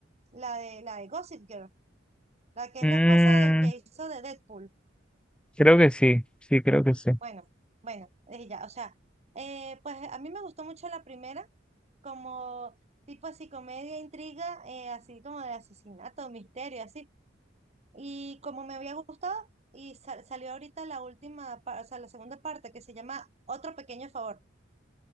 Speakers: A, on the right (about 35°); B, in the centre.
A: la de, la de Gossip Girl, la que
B: Mm,
A: es la esposa del que hizo de Deadpool.
B: creo que sí, sí, creo que sí.
A: Bueno, bueno, ella, o sea, eh, pues a mí me gustó mucho la primera, como tipo así comedia, intriga, eh, así como de asesinato, misterio, así. Y como me había gustado, y sal- salió ahorita la última, pa- o sea, la segunda parte que se llama Otro Pequeño Favor.